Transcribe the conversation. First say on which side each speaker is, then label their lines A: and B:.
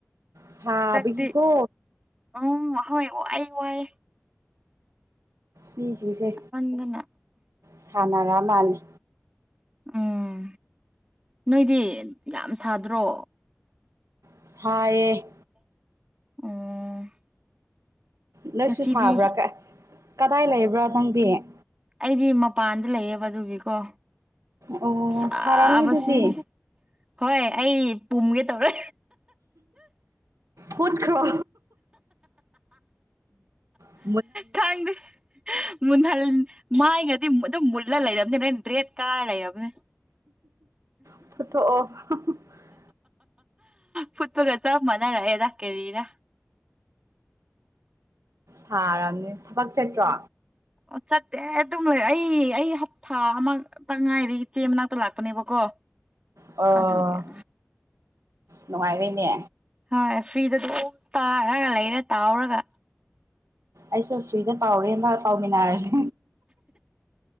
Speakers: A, on the right (about 80°); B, on the right (about 20°).
A: ꯁꯥꯕꯒꯤꯀꯣ
B: ꯂꯗꯤ ꯎꯝ ꯍꯣꯏ ꯋꯥꯏ ꯋꯥꯏ
A: ꯃꯤꯁꯤꯡꯁꯦ
B: ꯆꯞꯃꯟꯗꯅ
A: ꯁꯥꯟꯅꯔ ꯃꯥꯜꯂꯤ
B: ꯎꯝ ꯅꯣꯏꯗꯤ ꯌꯥꯝ ꯁꯥꯗ꯭ꯔꯣ
A: ꯁꯌꯦ
B: ꯎꯝ
A: ꯅꯣꯏꯁꯨ
B: ꯉꯁꯤꯗꯤ
A: ꯁꯥꯕ꯭ꯔꯥ ꯀꯗꯥꯏ ꯂꯩꯕ꯭ꯔꯥ ꯅꯪꯗꯤ
B: ꯑꯩꯗꯤ ꯃꯄꯥꯟꯗ ꯂꯩꯌꯦꯕ ꯑꯗꯨꯒꯤꯀꯣ
A: ꯑꯣ
B: ꯆꯕꯁꯤ
A: ꯁꯥꯔꯝꯅꯤ ꯑꯗꯨꯗꯤ
B: ꯍꯣꯏ ꯑꯩ ꯄꯨꯝꯒꯦ ꯇꯧꯔꯦ
A: ꯍꯨꯠꯈ꯭ꯔꯣ ꯎꯝ
B: ꯊꯥꯡꯗ ꯃꯟꯅꯜ ꯃꯥꯏꯉꯗꯤ ꯑꯗꯨꯝ ꯃꯨꯜꯂ ꯂꯩꯔꯕꯝꯅꯤ ꯅꯣꯏ ꯔꯦꯠ ꯀꯂꯔ ꯂꯩꯔꯕꯅꯦ
A: ꯐꯊꯣꯛꯑꯣ
B: ꯐꯨꯠꯄꯒ ꯆ ꯃꯅꯥꯔꯦꯗꯥ ꯀꯦꯔꯤꯔ
A: ꯁꯥꯔꯕꯅꯤ ꯊꯕꯛ ꯆꯦꯠꯇ꯭ꯔꯣ
B: ꯑꯣ ꯆꯠꯇꯦ ꯑꯗꯨꯝ ꯂꯩ ꯑꯩ ꯑꯩ ꯍꯞꯇꯥ ꯑꯃꯛꯇ ꯉꯥꯏꯔꯦ ꯏꯆꯦ ꯃꯅꯥꯛꯇ ꯂꯥꯛꯄꯅꯦꯕꯀꯣ
A: ꯑꯣ
B: ꯑꯗꯨꯒ
A: ꯅꯨꯡꯉꯥꯏꯔꯤꯅꯦ
B: ꯑꯦꯔꯤꯗ ꯇꯥꯔꯒ ꯂꯩꯔ ꯇꯥꯎꯔꯒ
A: ꯑꯩꯁꯨ ꯐ꯭ꯔꯤꯗ ꯄꯥꯎꯔꯦꯕ ꯄꯥꯎꯃꯤꯟꯅꯔꯁꯦ